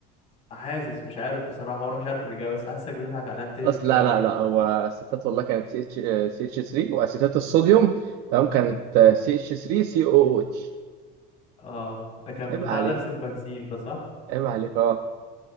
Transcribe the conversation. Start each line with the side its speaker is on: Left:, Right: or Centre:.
Left: حاسس مش عارف بصراحه وانا مش عارف الاجابه بس حاسسك بتضحك عليا بتهبط
Right: اصل
Left: كده
Right: لا
Left: عليا
Right: لا لا هو اسيتات والله كانت سي اتش سي اتش 3 واسيتات الصوديوم تمام كانت سي اتش 3 سي او او اتش
Left: اه ده كان
Right: عيب
Left: بتاع
Right: عليك
Left: درس البنزين ده صح
Right: عيب عليك اه